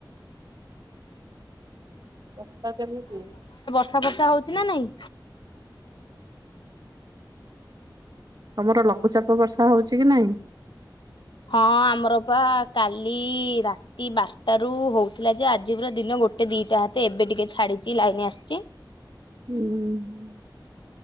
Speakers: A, on the right; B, on the left.
A: ବର୍ଷା କେମିତି?
B: ହଁ ବର୍ଷା ହଉଛି ନା ନାଇଁ?
A: ତମର ଲଘୁଚାପ ବର୍ଷା ହଉଛି କି ନାଇଁ।?
B: ହଁ ଆମର ପା କାଲି ରାତି ବାରଟା ରୁ ହଉଥିଲା ଯେ- ଆଜି ପୁରା ଦିନ ଗୋ ଗୋଟେ ଦିଟା ହାତ ଏବେ ଟିକେ ଛାଡିଛି ଲାଇନ ଆସିଛି।
A: ହୁଁ ହ।